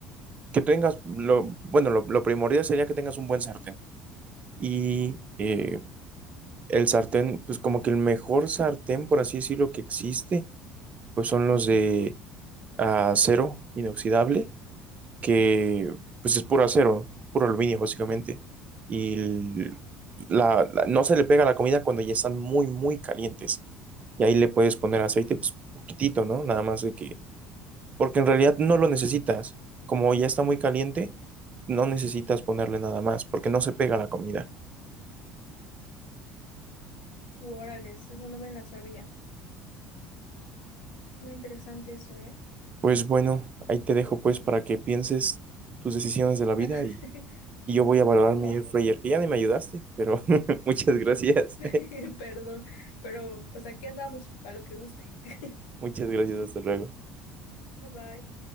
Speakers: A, on the right; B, on the left.
A: Que tengas... Lo... Bueno, lo, lo primordial sería que tengas un buen sartén. Y eh, el sartén, pues como que el mejor sartén, por así decirlo, que existe, pues son los de acero inoxidable que pues es puro acero, puro aluminio básicamente, y l- la, la- no se le pega la comida cuando ya están muy, muy calientes. Y ahí le puedes poner aceite, pues poquitito, ¿no? Nada más de que, porque en realidad no lo necesitas. Como ya está muy caliente, no necesitas ponerle nada más, porque no se pega la comida.
B: Uh, órales, eso no me la sabía. Muy interesante eso, ¿eh?
A: Pues bueno, ahí te dejo pues para que pienses tus decisiones de la vida
B: <laughs>
A: y, y yo voy a valorar
B: Va, va,
A: mi
B: va.
A: air fryer, que ya ni me ayudaste, pero <laughs> muchas gracias.
B: <laughs> Perdón, pero pues aquí andamos, para lo que guste. <laughs>
A: Muchas gracias, hasta luego.
B: Bye bye.